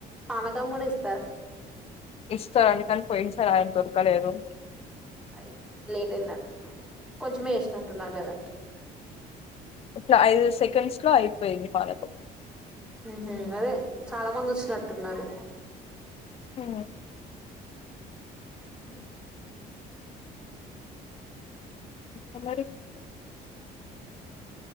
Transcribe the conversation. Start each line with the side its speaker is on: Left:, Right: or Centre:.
Centre: పానకం కూడా ఇస్త
Left: ఇస్తారు అందుకని పోయిన సార్ ఆయన దొరకలేదు
Centre: అయితే లేట్ అయినట్టున్నారు కొంచమే వేసినట్టున్నారు లేదంటే
Left: ఇట్లా ఐదు సెకండ్స్ లో అయిపోయింది పానకం
Centre: ఉమ్ అదే చాలా మంది వచ్చినట్టున్నారు
Left: ఉమ్మ్
Centre: మ్
Left: ఇంకా మరి